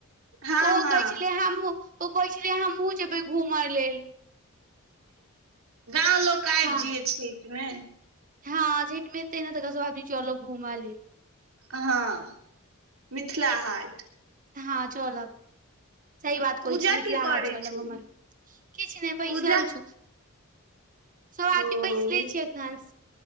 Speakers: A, on the right; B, on the right.
A: हँ
B: ओ
A: हँ
B: कहै छलय हमहु ओ कहै छलय हमहुँ जेबै घूम लेल
A: गाँव लोक आइब
B: हँ
A: जइहे छइठमे
B: हँ छइठ में एतै ने तऽ कस बाबी चलक घूममाल
A: हँ मिथिला हाट
B: हँ चलब सही
A: हँ
B: बात कहइ
A: पूजा
B: छी मिथिला
A: की करै
B: हाट चलब
A: छौ
B: हमर किछ नय
A: पूजा
B: बैसल छौ सो आती
A: ओ
B: बैस ले छियै अखन